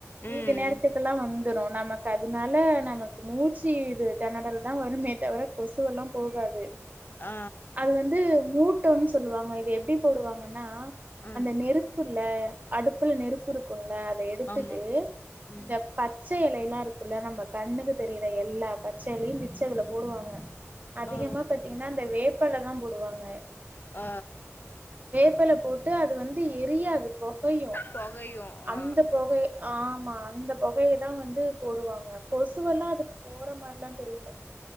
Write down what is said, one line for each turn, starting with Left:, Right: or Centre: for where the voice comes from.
Right: மீதி
Left: ம்
Right: நேரத்துக்குல்லா வந்துடோ நம்ம காது அதனால நமக்கு மூச்சு இது தெணறல் தா வருமே தவர கொசுவெல்லா போகாது
Left: ஆ
Right: இது வந்து மூட்டோன்னு சொல்லுவாங்க இது எப்டி போடுவாங்கன்னா
Left: ம்
Right: அந்த நெருப்பு இரு குல்ல அடுப்புல நெருப்பு இருக்குல்ல அத எடுத்துட்டு
Left: ஆமா ம்
Right: இந்த பச்ச எலயெல்லா இருக்குல்ல நம்ம கண்ணுக்கு தெரிற எல்லா பச்ச எலயு பிச்சி அதுல போடுவாங்க அதிகமா
Left: ஆ
Right: பாத்தீங்கன்னா அந்த வேப்பெல தா போடுவாங்க
Left: ஆ
Right: வேப்பெல போட்டு அது வந்து எரியாது பொகையு
Left: பொகையு ஆ
Right: அந்த பொகை ஆமா அந்த பொகையைதா வந்து போடுவாங்க கொசுவெல்லா அதுக்கு போற மாரில்லா தெரில